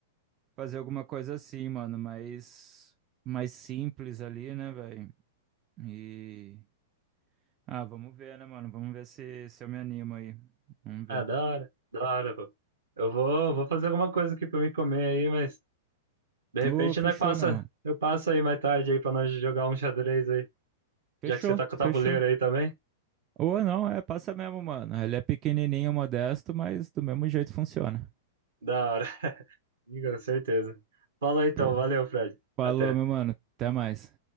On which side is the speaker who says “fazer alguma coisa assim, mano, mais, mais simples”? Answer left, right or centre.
Right